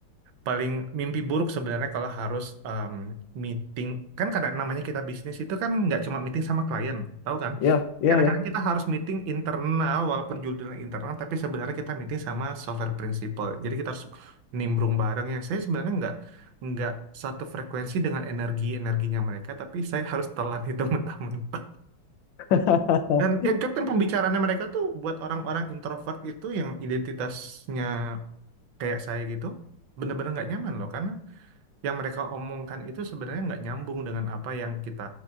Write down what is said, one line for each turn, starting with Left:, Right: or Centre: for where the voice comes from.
Right: paling mimpi buruk sebenarnya kalau harus um, meeting. Kan kadang namanya kita bisnis itu kan nggak cuma meeting sama klien, tahu kan?
Left: iya, iya,
Right: Kadang-kadang
Left: iya.
Right: kita harus meeting internal walaupun judulnya internal, tapi sebenarnya kita meeting sama software principal. Jadi kita harus nimbrung bareng yang saya sebenarnya nggak nggak satu frekuensi dengan energi energinya mereka, tapi saya harus telan itu <laughs> mentah-mentah.
Left: <laughs>
Right: Dan ya, Grab kan pembicaraannya mereka tuh buat orang-orang introvert itu yang identitasnya kayak saya gitu, bener-bener nggak nyaman loh karena yang mereka omongkan itu sebenarnya nggak nyambung dengan apa yang kita